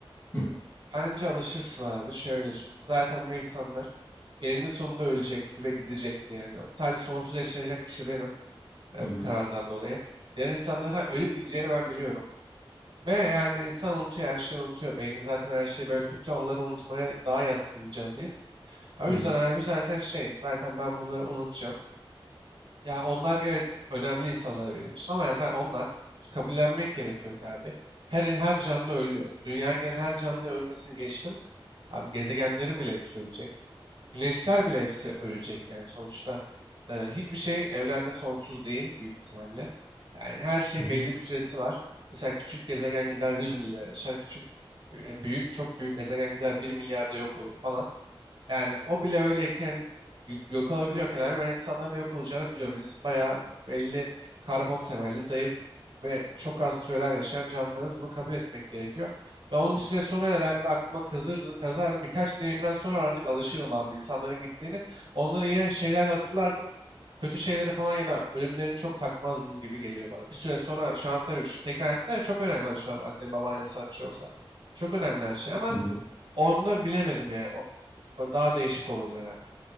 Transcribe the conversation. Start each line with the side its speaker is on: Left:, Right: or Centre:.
Left: hı,
Right: Bence alışırsın abi şöyle çünkü zaten bu insanlar eninde sonunda ölecekti ve gidecekti yani. O Sadece sonsuz yaşayacak kişi benim e,
Left: hı, hı,
Right: bu karardan dolayı. Diğer insanların zaten ölüp gideceğini ben biliyorum. Ve yani insan unutuyor her şeyi unutuyor. Beyni zaten her şeyi böyle kötü anıları unutmaya daha yatkın bir canlıyız. O
Left: hı,
Right: yüzden abi zaten şey zaten ben bunları unutacağım. Yani onlar evet önemli insanlar benim için ama yani onlar işte, kabullenmek gerekiyor ki abi. Her, her canlı ölüyor. Dünya gelen her canlı ölmesini geçtim. Abi gezegenlerin bile hepsi ölecek. Güneşler bile hepsi ölecek yani sonuçta. e, hiçbir şey evrende sonsuz değil büyük ihtimalle. Yani her şeyin
Left: hı,
Right: belli bir süresi var. Mesela küçük gezegen gider 100 milyar yaşar. Küçük, e, büyük, çok büyük gezegen gider 1 milyarda yok olur falan. Yani o bile öyleyken yük- yok olabiliyorken abi ben insanların da yok olacağını biliyorum. Biz bayağı belli karbon temelli, zayıf ve çok az süreler yaşayan canlılarız. Bunu kabul etmek gerekiyor. Ve onu bir süre sonra herhalde aklıma kazırdı, kazardım. Birkaç deneyimden sonra artık alışırdım abi insanların gittiğini. Onları iyi şeylerle hatırlardım. Kötü şeyleri falan ya da ölümlerini çok takmazdım gibi geliyor bana. Bir süre sonra şu an tabii şu tek hayatta çok önemli abi şu an annen baban insan bir şey olsa. Çok önemli her şey ama
Left: hı, hı.
Right: onu da bilemedim yani. O o daha değişik olurdu herhalde.